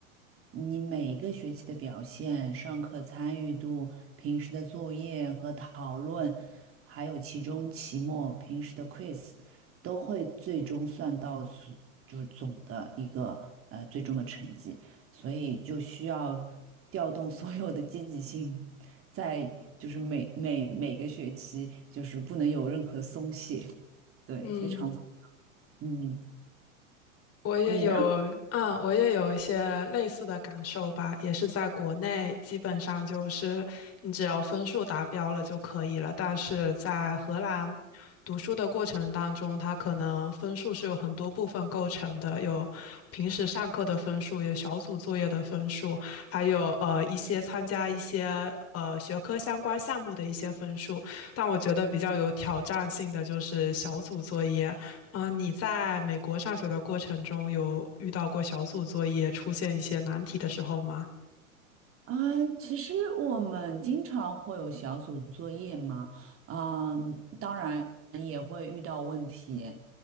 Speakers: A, on the right; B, on the left.
A: 你每一个学期的表现、上课参与度、平时的作业和讨论，还有其中、期末、平时的 quiz，都会最终算到总就是总的一个呃最终的成绩，所以就需要调动所有的积极性，在就是每每每个学期就是不能有任何松懈，对，
B: 嗯。
A: 非常嗯，
B: 我也有，
A: 你呢？
B: 嗯，我也有一些类似的感受吧，也是在国内，基本上就是你只要分数达标了就可以了。但是在荷兰读书的过程当中，它可能分数是有很多部分构成的，有平时上课的分数，有小组作业的分数，还有呃一些参加一些呃学科相关项目的一些分数。但我觉得比较有挑战性的就是小组作业。啊，你在美国上学的过程中，有遇到过小组作业出现一些难题的时候吗？
A: 啊，其实我们经常会有小组作业嘛，嗯，当然也会遇到问题，